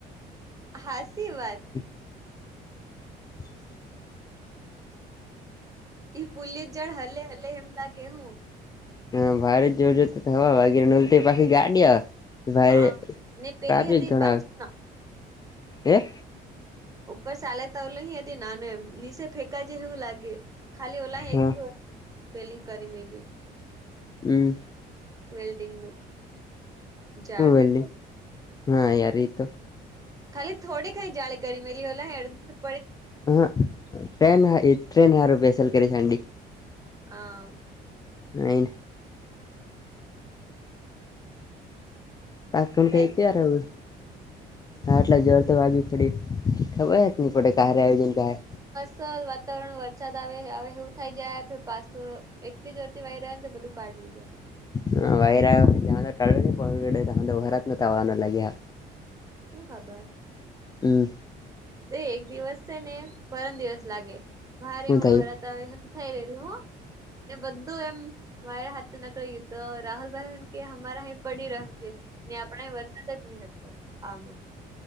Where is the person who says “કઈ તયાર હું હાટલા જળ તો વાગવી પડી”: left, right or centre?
Left